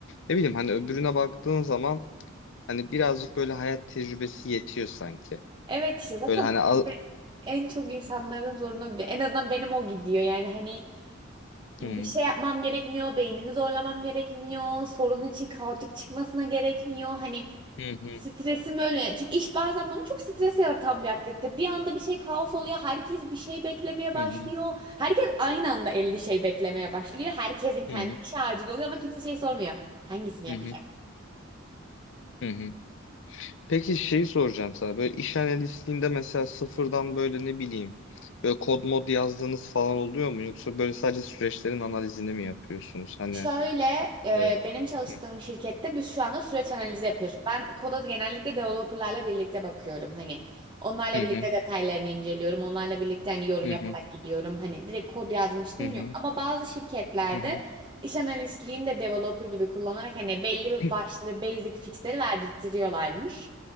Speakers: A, on the left; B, on the right.
A: ne bileyim hani öbürüne baktığın zaman hani birazcık böyle hayat tecrübesi yetiyor sanki.
B: Evet işte zaten
A: Böyle hani al...
B: bence en çok insanların zoruna gidiyor. En azından benim o gidiyor. Yani hani
A: Hı
B: bir şey yapmam gerekmiyor, beynimi zorlamam gerekmiyor, sorun için kaotik çıkmasına gerekmiyor. Hani
A: hı hı
B: stresim öyle. yani. Çünkü iş bazen bana çok stres yaratan bir aktivite. Bir anda bir şey kaos oluyor, herkes bir şey beklemeye başlıyor.
A: hı hı hı
B: Herkes aynı anda 50 şey beklemeye başlıyor. Herkesin kendi
A: hı
B: işi acil oluyor ama kimse şey sormuyor. Hangisini
A: hı
B: yapacak?
A: hı. hı hı. Peki şeyi soracağım sana böyle iş analistliğinde mesela sıfırdan böyle ne bileyim böyle kod mod yazdığınız falan oluyor mu yoksa böyle sadece süreçlerin analizini mi yapıyorsunuz hani?
B: Şöyle e,
A: e,
B: benim çalıştığım
A: hı.
B: şirkette biz şu anda süreç analizi yapıyoruz. Ben koda genellikle developerlarla birlikte bakıyorum. Hani onlarla
A: Hı
B: birlikte
A: hı
B: detaylarını inceliyorum. Onlarla birlikte hani yorum
A: hı
B: yaparak
A: hı
B: gidiyorum. Hani direkt kod yazmışlığım
A: Hı hı.
B: yok. Ama bazı şirketlerde
A: Hı hı.
B: iş analistliğini de developer gibi kullanarak hani belli bir
A: <clears throat>
B: başlı basic fixleri verdirtiyorlarmış.